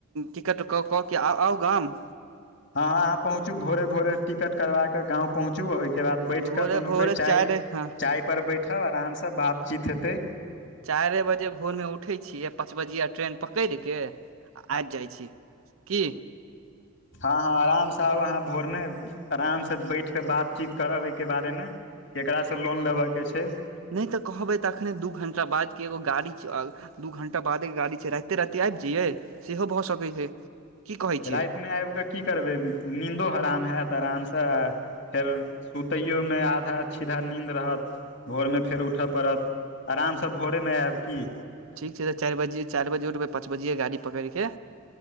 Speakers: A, on the right; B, on the left.
A: टिकट कऽक अआउ गाम।
B: हँ हँ अहाँ पहुँचू भोरे भोरे टिकट करबा केे गाँव पहुँचू के बाद बैठकेऽ
A: भोरे
B: दुनू
A: भोरे
B: कोइ चाय
A: चारि हँ
B: चाय पर बैठब आराम सँ बातचीत हेतै।
A: चाइरे बजे भोरमे उठै छियैआ पाँच बजिआ ट्रेन पकइड़ के आ आइब जाइ छी की?
B: हँ हँ आरामसँ आउ अहाँ भोरमे आरामसँ बैठ कऽ बातचीत करब अय के बारेमे। केकरा सँ लोन लेबके छै।
A: नइ तऽ कहबै तऽ अखने दू घण्टा बादके एगो गाड़ी चऽल। दू घंटा बादेके गाड़ी छै राइते राइते आबि जइयै सेहो भऽ सकैत छै। की कहै
B: राइत
A: छियै
B: मे आइब कऽ की करबै नीन्दो हराम हेत आराम सँ फेल सुतैयोमे आधा छीद्धा नीन्द रहत भोरमे फेर उठ पड़त। आरामसँ भोरेमे आयब की
A: ठीक छै तऽ चाइर बजे चाइर बजे उठबै पाँच बजिये गाड़ी पकइड़ के।